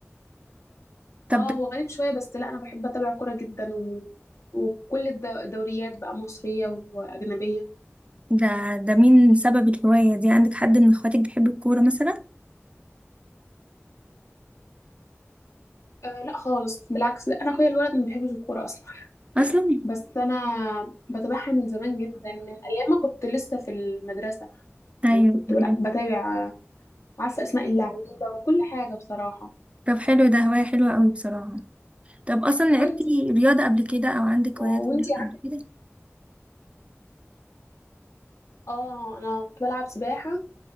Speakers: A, on the right; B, on the left.
A: طب
B: اه هو غريب شوية بس لا انا بحب اتابع كورة جدا و... وكل الد- الدوريات بقى مصرية واجنبية
A: ده ده مين سبب الهواية دي عندك حد من اخواتك بيحب الكورة مثلا
B: آه لا خالص بالعكس لا انا اخويا الولد ما بيحبش الكورة اصلا
A: اصلا
B: بس انا بتابعها من زمان جدا من ايام ما كنت لسه في المدرسة
A: <laughs> ايوه
B: يعني كنت
A: فهمت.
B: لا بتابع آه، عارفة اسماء اللعيبة وكل حاجة بصراحة
A: طب حلو ده هواية حلوة قوي بصراحة طب اصلا
B: وانتي
A: لعبتي رياضة قبل كده او عندك
B: وانتي
A: هوايات في الرياضة
B: عارفة
A: قبل كده
B: اه انا كنت بلعب سباحة